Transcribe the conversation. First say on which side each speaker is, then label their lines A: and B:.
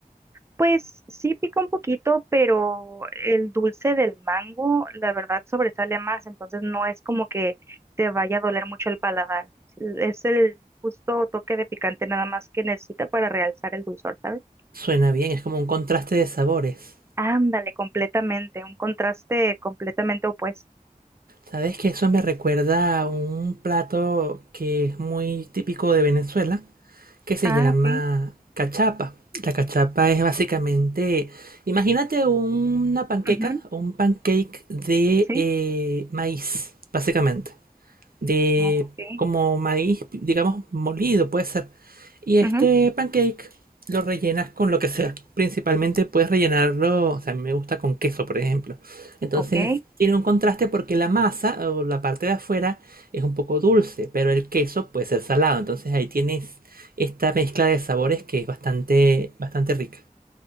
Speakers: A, on the right (about 20°); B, on the right (about 85°).
A: Pues sí pica un poquito, pero el dulce del mango, la verdad, sobresale más, entonces no es como que te vaya a doler mucho el paladar. Es el justo toque de picante nada más que necesita para realzar el dulzor, ¿sabes?
B: Suena bien, es como un contraste de sabores.
A: Ándale, completamente, un contraste completamente opuesto.
B: ¿Sabes que eso me recuerda a un plato que es muy típico de Venezuela, que se
A: Ah,
B: llama
A: ok.
B: cachapa? La cachapa es básicamente, imagínate una panqueca,
A: ujú,
B: un pancake de
A: Sí.
B: eh, maíz, básicamente. de
A: Ah, Ok.
B: como maíz, digamos, molido, puede ser. Y este
A: Ujú,
B: pancake lo rellenas con lo que sea. Principalmente puedes rellenarlo, o sea, a mí me gusta con queso, por ejemplo. Entonces
A: ok.
B: tiene un contraste porque la masa o la parte de afuera es un poco dulce, pero el queso puede ser salado. Entonces ahí tienes esta mezcla de sabores que es bastante, bastante rica.